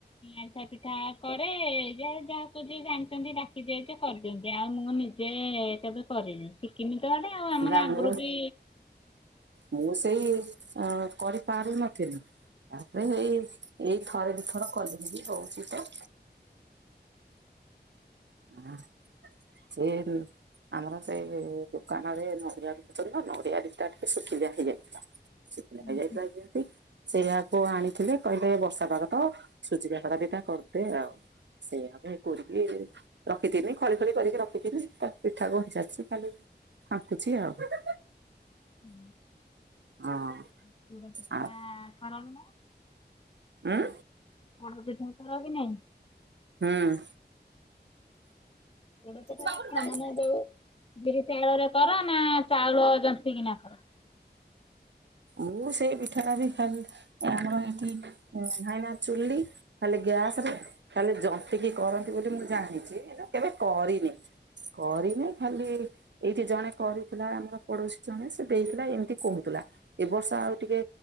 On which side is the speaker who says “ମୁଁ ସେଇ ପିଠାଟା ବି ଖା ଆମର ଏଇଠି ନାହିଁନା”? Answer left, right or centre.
Right